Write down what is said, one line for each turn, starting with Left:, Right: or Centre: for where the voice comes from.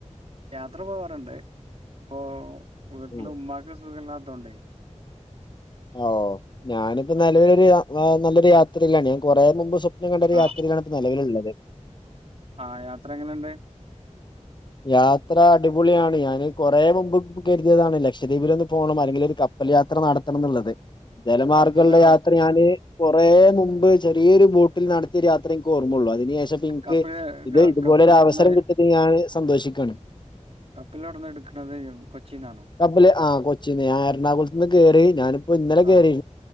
Right: യാത്ര പോവാറുണ്ട് ഇപ്പൊ വീട്ടില്
Left: ഉം.
Right: ഉമ്മാക്ക് സുഖമില്ലാത്തോണ്ടേ
Left: ഓ ഞാനിപ്പോ നിലവിലൊരു നല്ലൊരു യാത്രയിലാണ് കൊറേ മുമ്പ് സൊ കണ്ടൊരു
Right: ആ
Left: യാത്രയാണ് ഇപ്പോ നിലവിലുള്ളത്
Right: ആഹ് യാത്ര എങ്ങനെണ്ട്
Left: യാത്ര അടിപൊളിയാണ് ഞാന് കൊറേ മുമ്പ് കരുതിയതാണ് ലക്ഷദ്വീപിലൊന്ന് പോകണം അല്ലെങ്കിൽ ഒരു കപ്പൽ യാത്ര നടത്തണന്നുള്ളത് ജലമാർഗ്ഗുള്ള
Right: കപ്പല്
Left: യാത്ര ഞാന് കുറേ മുമ്പ് ചെറിയൊരു ബോട്ടിൽ നടത്തിയ യാത്രയെനിക്ക് ഓർമ്മയുള്ളൂ അതിനേശ് പക്ഷെ എനിക്ക്
Right: കപ്പല്
Left: ഇത്
Right: ക-
Left: ഇതുപോലെ
Right: കപ്പല്
Left: ഒരു
Right: എവിടുന്ന
Left: അവസരം കിട്ടിന്ന് ഞാന് സന്തോഷിക്കണ്
Right: കപ്പിലെവിടുന്നാ എടുക്കണത്? കൊച്ചിന്നാണോ?
Left: കപ്പല് ആഹ് കൊച്ചിന്ന് ഞാൻ എറണാകുളത്തു നിന്ന് കയറി ഞാനിപ്പോ ഇന്നലെ
Right: ആ
Left: കയറി